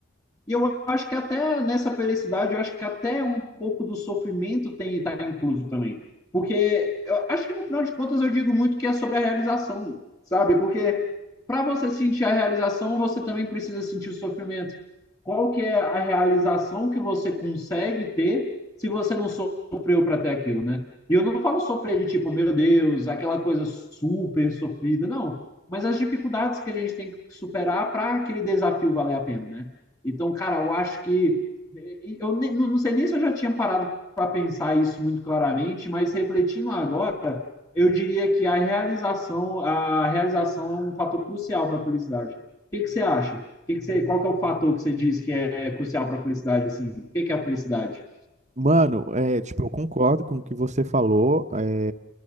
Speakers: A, on the left; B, on the right.
A: e eu acho que até nessa felicidade, eu acho que até um pouco do sofrimento tem está incluso também. Porque eu acho que no final de contas eu digo muito que é sobre a realização, sabe? Porque para você sentir a realização, você também precisa sentir o sofrimento. Qual que é a realização que você consegue ter se você não sofreu para ter aquilo, né? E eu não falo sofrer de tipo, meu Deus, aquela coisa super sofrida, não. Mas as dificuldades que a gente tem que superar para aquele desafio valer a pena, né? Então, cara, eu acho que. Eu não sei nem se eu já tinha parado para pensar isso muito claramente, mas refletindo agora, eu diria que a realização, a realização é um fator crucial para a felicidade. O que, que você acha? O que que você, qual que é o fator que você diz que é crucial para a felicidade? Assim? O que, que é a felicidade?
B: Mano, é, tipo, eu concordo com o que você falou, é,